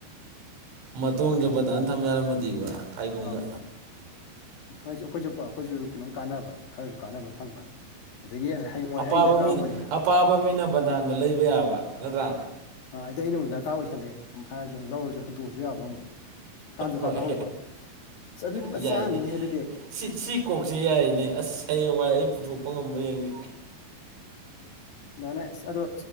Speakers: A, on the right; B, on the left.
A: ꯃꯇꯣꯡꯁꯦ
B: ꯑꯩ
A: ꯕꯗꯥꯅ ꯊꯝ ꯌꯥꯔꯝꯃꯗꯤꯕ ꯍꯥꯏꯒꯨꯝꯅ
B: ꯑꯥꯎ ꯑꯩꯈꯣꯏꯁꯨ ꯑꯩꯈꯣꯏꯁꯨ ꯀꯣ ꯀꯥꯟꯅꯕ ꯈꯔꯁꯨ ꯀꯥꯟꯅꯕ ꯐꯪꯕ ꯑꯗꯒꯤ ꯍꯌꯦꯡꯋꯥꯏ
A: ꯑꯄꯥꯕ
B: ꯑꯩꯅ ꯗꯔꯀꯥꯔ
A: ꯃꯤꯅ
B: ꯑꯣꯏꯔꯦ
A: ꯑꯄꯥꯕ ꯃꯤꯅ ꯕꯟꯗꯥꯟꯗꯣ ꯂꯩꯕ ꯌꯥꯕ ꯅꯠꯇ꯭ꯔꯥ
B: ꯑ ꯑꯩꯗꯤ ꯑꯩꯃꯨꯛ ꯗꯔꯀꯥꯔ ꯑꯣꯏꯁꯜꯂꯦ ꯍꯥꯏꯔꯁꯨ ꯑꯃꯛ ꯂꯧꯔꯁꯨ ꯍꯟꯇꯣꯛꯑꯁꯨ ꯌꯥꯕ ꯑꯃꯨꯛ ꯀꯥꯟꯖꯨ
A: ꯍꯣꯏ
B: ꯀꯥꯟꯅ ꯍꯧꯕ ꯑꯗꯨꯗꯤ
A: ꯌꯥꯏꯅꯦ
B: ꯐꯖ ꯆꯥꯅꯤꯍꯦ ꯑꯗꯨꯗꯤ
A: ꯁꯤ ꯁꯤ ꯀꯣꯛꯁꯦ ꯌꯥꯏꯅꯦ ꯑꯁ ꯍꯌꯦꯡꯋꯥꯏ ꯑꯩ ꯄꯨꯊꯣꯛꯄ ꯉꯝꯕ꯭ꯔꯥ ꯌꯦꯡꯒꯦ
B: ꯑꯗꯥꯏꯅꯥ ꯑꯗꯨ